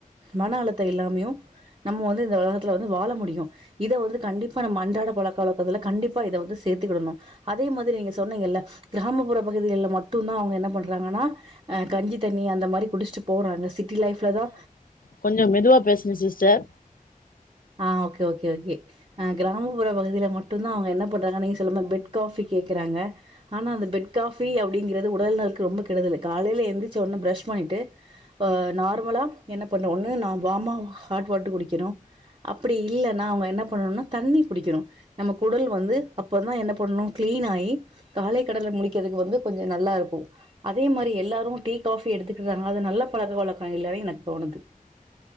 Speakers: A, on the right; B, on the left.
A: மன அழுத்த இல்லாமையும் நம்ம வந்து இந்த உலகத்தில் வந்து வாழ முடியும் இத வந்து கண்டிப்பா நம்ம அன்றாட பழக்காலக்கத்துல கண்டிப்பா இத வந்து சேர்த்துக்கிடணும் அதே மாதிரி நீங்க சொன்னீங்க இல்ல கிராமப்புற பகுதிகள்ல மட்டும்தா அவங்க என்ன பண்றாங்கன்னா அ கஞ்சி தண்ணி அந்த மாதிரி குடிச்சிட்டு போறாங்க சிட்டி லைஃப்ல தா
B: கொஞ்சம் மெதுவா பேசுனும் சிஸ்டர்
A: ஆ ஓகே ஓகே ஓகே ஆ கிராம ப்புற பகுதியில மட்டு தா அவங்க என் பண்றாங்க நீங்க சொல்ர மாரி பெட் காபி கேக்குறாங்க ஆனா அந்த பெட் காஃபி அப்டிங்கிறது உடல் நலக்கு ரொம்ப கெடுதல்லு காலையில எந்திரச்ச உடனே ப்ரஷ் பண்ணிட்டு ப்ப நார்மலா என்ன பண்ணுவோன்னு நா வாமா ஹாட் வாட்டரு குடிக்கணு அப்டி இல்லனா அவங்க என்ன பண்ணணுனா தண்ணி குடிக்கணு நம்ம குடல் வந்து அப்பதா என்ன பண்ணு க்ளீன் ஆயி காலை கடல முடிக்கிறதுக்கு வந்து கொஞ்சோ நல்லா இருக்கு அதே மாரி எல்லாரு டீ காஃபி எடுத்துக்குறாங்க அது நல்ல பழக்க வழக்கோ இல்லனே எனக்கு தோணுது